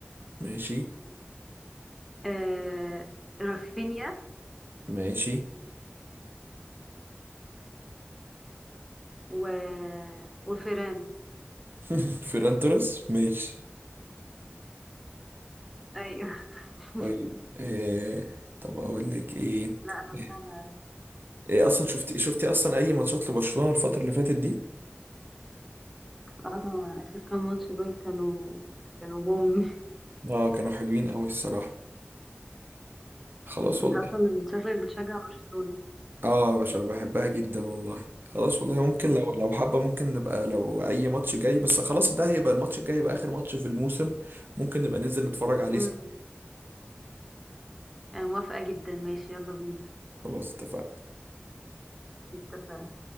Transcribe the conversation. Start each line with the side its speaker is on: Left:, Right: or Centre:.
Right: ماشي
Centre: آه... رافينيا
Right: ماشي
Centre: و... وفيران
Right: <laughs> فيران توريس ماشي
Centre: ايوه <laughs>
Right: طيب آه طب أقول لك إيه
Centre: لا انا
Right: آه،
Centre: متابعة
Right: إيه أصلا شفتي شفتي أصلا أي ماتشات لبرشلونة الفترة اللي فاتت دي؟
Centre: اه طبعا اخر كام ماتش دول كانوا كانوا بوم
Right: آه كانوا حلوين أوي الصراحة خلاص
Centre: <laughs> انت
Right: والله
Centre: اصلا شكلك بتشجع برشلونة
Right: اه يا باشا بحبها جدا والله خلاص والله ممكن
Centre: <laughs>
Right: لو لو حابة ممكن نبقى لو أي ماتش جاي بس خلاص ده هيبقى الماتش الجاي يبقى آخر ماتش في الموسم ممكن نبقى ننزل نتفرج عليه
Centre: مم.
Right: سوا
Centre: آه موافقة جدا ماشي يلا بينا
Right: خلاص اتفقنا
Centre: اتفقنا